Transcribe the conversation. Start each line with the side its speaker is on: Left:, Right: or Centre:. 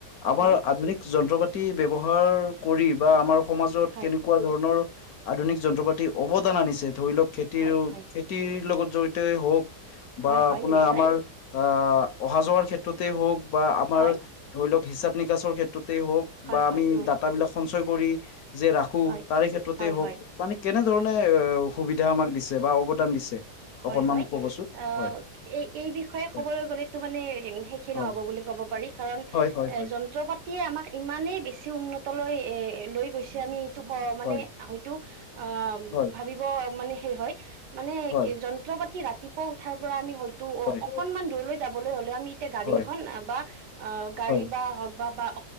Left: আমাৰ
Right: হয়,
Left: আধুনিক যন্ত্ৰ পাত তি ব্যৱহাৰ, কৰি বা আমাৰ সমাজত
Right: হয়,
Left: কেনেকুৱা ধৰণৰ আধুনিক যন্ত্ৰপা টি অৱদান আনিছে ধৰি লওক খেতিৰ-খেতিৰ
Right: হয়, হয়,
Left: লগত জড়িত হওক। বা
Right: হয়, হয়,
Left: আপোনাৰ
Right: নিশ্চয়।
Left: আমাৰ আহ, অহা যোৱাৰ ক্ষেত্ৰতেই হওক বা আমাৰ,
Right: হয়,
Left: ধৰি লওক হিচাপ নিকাচৰ ক্ষেত্ৰত তে হক
Right: হয়,
Left: বা
Right: হয়,
Left: আমি
Right: হয়,
Left: ডাটা বিলাক সঞ্চয় কৰি, যে ৰাখো
Right: হয়,
Left: তাৰে ক্ষেত্ৰতে
Right: হয়,
Left: হওক
Right: হয়,
Left: মানে মানে
Right: মোক
Left: সুবিধা আমাক দিছে বা অৱদান দিছে।
Right: হয়,
Left: অকনমান
Right: হয়,
Left: ক'বচোন
Right: আহ
Left: হয়
Right: এ-এই বিষয়ে
Left: হয়
Right: ক'বলৈ গ'লেতো মানে শেষয়ে
Left: হয়
Right: নহ'ব বুলি ক'ব পাৰি কাৰণ,
Left: হয় হয়
Right: এ
Left: হয়
Right: যন্ত্ৰপাতি আমাক ইমানে বেছি উন তলৈ এ এ লৈ গৈছে আমি এইটো কওঁ মানে
Left: হয়
Right: হয়তো আহ
Left: হয়
Right: ভাবিব মানে কি হয় মানে
Left: হয়
Right: যন্ত্ৰপাতি ৰাতিপুৱা উঠাৰ পৰা আমি হ ত' অ',
Left: হয়
Right: অকনমান দূৰলৈ যাবলৈ হ'লে আমি এতিয়া গাড়ী
Left: হয় হয়
Right: এখন বা আহ গাড়ী
Left: হয়
Right: বা হওক বা বা।